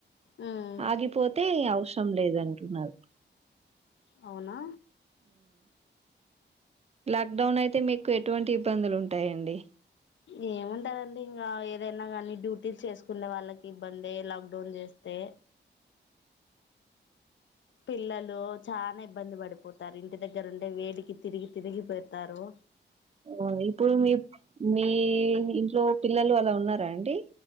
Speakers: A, on the left (about 80°); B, on the right (about 35°).
A: మ్మ్
B: ఆగిపోతే ఔష ఇష్టం లేదంటున్నారు
A: అవునా
B: లాక్ డౌన్ అయితే మీకు ఎటువంటి ఇబ్బందులు ఉంటాయండి
A: ఏముంటదండి ఇంకా ఏదైనా కానీ డ్యూటీస్ చేసుకునే వాళ్ళకి ఇబ్బంది లాక్డౌన్ చేస్తే పిల్లలు చాలా ఇబ్బంది పడిపోతారు ఇంటి దగ్గరుంటే వేడికి తిరిగి తిరిగిపోతారు
B: ఉమ్ ఇప్పుడు మీ మీ ఇంట్లో పిల్లలు అలా ఉన్నారా అండి